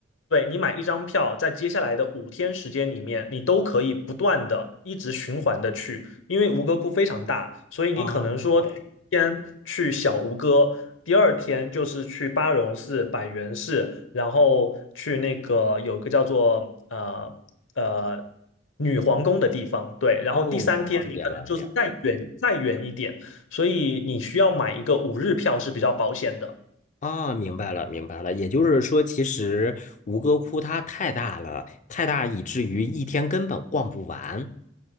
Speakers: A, on the left (about 80°); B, on the left (about 40°).
A: 对，你买一张票，在接下来的五天时间里面，你都可以不断的一直循环的去，因为吴哥窟非常大，所以你可能说先去小吴哥，
B: 哦
A: 第二天就是去巴戎寺、百元寺，然后去那个有个叫做呃呃女皇宫的地方，对，然后第三天你可能就是再远再远一点，
B: 哦，了解了，了解。
A: 所以你需要买一个五日票是比较保险的。
B: 啊，明白了，明白了。也就是说，其实吴哥窟它太大了，太大以至于一天根本逛不完。